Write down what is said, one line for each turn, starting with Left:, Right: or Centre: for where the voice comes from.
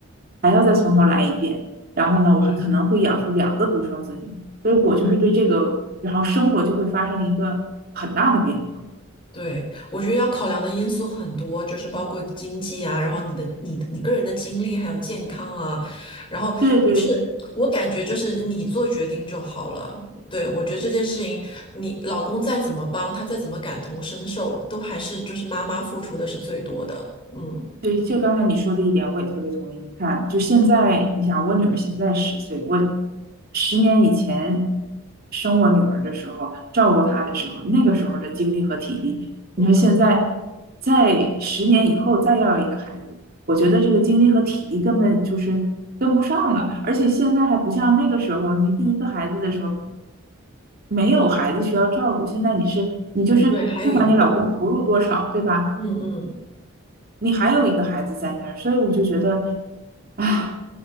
Right: 还要再从头来一遍。然后呢，我还可能会养出两个独生子女，
Left: 嗯。
Right: 所以我就是对这个，
Left: 嗯。
Right: 然后生活就会发生一个很大的变化。
Left: 对，我觉得要考量的因素很多，就是包括经济啊，然后你的、你的你个人的经历，还有健康啊，然后就是我感觉就是你做决定就好了。
Right: 对对，
Left: 对，我觉得这件事情，你老公再怎么帮，他再怎么感同身受，都还是就是妈妈付出的是最多的。嗯
Right: 对，就刚才你说的一点，我也特别同意。你看，就现在，你想，我女儿现在十岁，我十年以前生我女儿的时候，照顾她的时候，那个时候的精力和体力，
Left: 嗯
Right: 你说现在，在十年以后再要一个孩子，我觉得这个精力和体力根本就是跟不上了。
Left: 嗯，
Right: 而且现在还不像那个时候，你第一个孩子的时候，没有孩子需要照顾，现在你是你就是不管你老公投入多少，
Left: 对，还有一个，
Right: 对吧？
Left: 嗯嗯。
Right: 你还有一个孩子在那儿，所以我就觉得，哎，